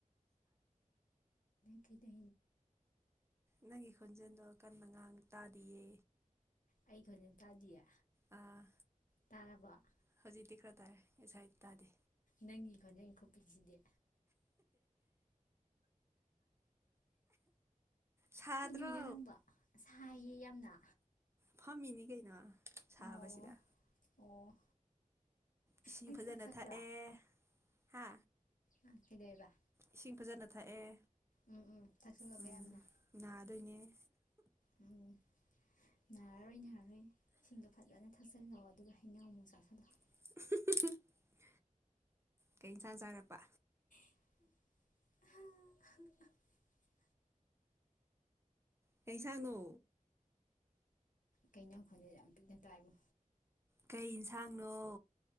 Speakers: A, on the left; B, on the right.
A: ꯀꯩꯗ
B: ꯅꯪꯒꯤ ꯈꯣꯟꯖꯦꯜꯗꯣ ꯀꯟ ꯉꯥꯡ ꯇꯥꯗꯤꯌꯦ
A: ꯑꯩ ꯈꯣꯟꯖꯦꯜ ꯇꯥꯗꯤꯌꯦ
B: ꯑꯥ
A: ꯇꯥꯔꯕꯣ ꯑꯥ
B: ꯍꯧꯖꯤꯛꯇꯤ ꯈꯔ ꯇꯥꯔꯦ ꯉꯁꯥꯏ ꯇꯥꯗꯦ
A: ꯅꯪꯒꯤ ꯈꯣꯟꯖꯦꯜ ꯈꯨꯞꯄꯤꯁꯤꯗꯤ
B: ꯁꯥꯗ꯭ꯔꯣ
A: ꯀꯩꯅꯣꯅꯣ ꯅꯪꯕ ꯁꯥꯏꯌꯦ ꯌꯥꯝꯅ
B: ꯐꯝꯃꯤꯅꯤ ꯀꯩꯅ ꯁꯥꯕꯁꯤꯗ
A: ꯑꯣ ꯑꯣ
B: ꯏꯁꯤꯡ
A: ꯅꯪ
B: ꯐꯖꯅ
A: ꯊꯕꯛ ꯆꯠꯄ꯭ꯔꯣ
B: ꯊꯛꯑꯦ ꯍꯥ
A: ꯑ ꯁꯤꯗꯦꯕ
B: ꯏꯁꯤꯡ ꯐꯖꯅ ꯊꯛꯑꯦ
A: ꯎꯝ ꯎꯝ ꯊꯛꯆꯜꯂꯣꯀꯣ
B: ꯎꯝ
A: ꯌꯥꯝꯅ
B: ꯅꯅꯥꯗ ꯑꯣꯏꯅꯅꯦ
A: ꯎꯝ ꯅꯥꯔꯔꯣꯏ ꯅꯥꯔꯔꯣꯏ ꯏꯁꯤꯡꯗꯣ ꯐꯖꯅ ꯊꯛꯆꯜꯂꯛꯑꯣ ꯑꯗꯨꯒ ꯍꯩꯅꯎ ꯑꯃꯨꯛ ꯆꯥꯁꯤꯜꯂꯛꯑꯣ
B: <inaudible> ꯀꯩ ꯏꯟꯁꯥꯡ ꯆꯥꯔꯛꯄ
A: <inaudible>
B: ꯀꯩꯁꯥꯡꯅꯣ
A: ꯀꯩꯅ ꯈꯣꯟꯗꯦ ꯌꯥꯝ ꯄꯤꯛꯅ ꯇꯥꯏꯕꯨ
B: ꯀꯩ ꯌꯦꯟꯁꯥꯡꯅꯣ